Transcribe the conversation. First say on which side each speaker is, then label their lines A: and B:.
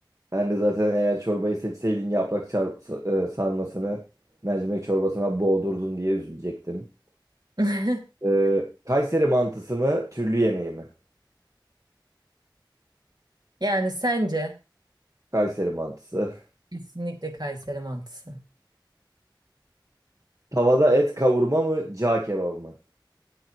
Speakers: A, on the right (about 45°); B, on the right (about 60°).
A: Ben de zaten eğer çorbayı seçseydin yaprak çar- sa- e, sarmasını mercimek çorbasına boğdurdun diye üzülecektim.
B: <laughs>
A: Ee, Kayseri mantısı mı, türlü yemeği mi?
B: Yani sence
A: Kayseri mantısı.
B: kesinlikle Kayseri mantısı.
A: <laughs> Tavada et kavurma mı, cağ kebabı mı?